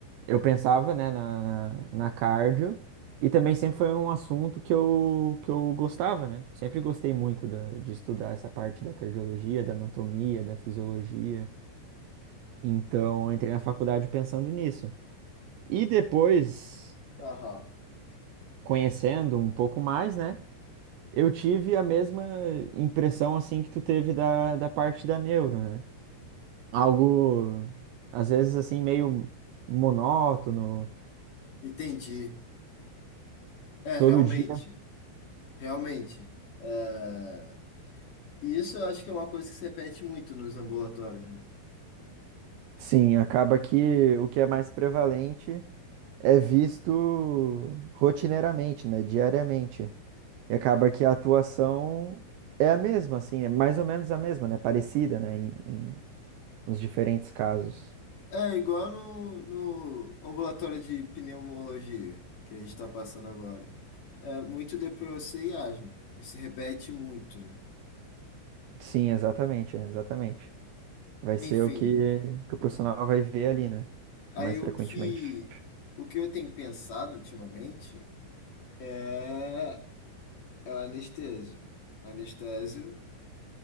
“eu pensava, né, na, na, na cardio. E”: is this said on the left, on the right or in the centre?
Right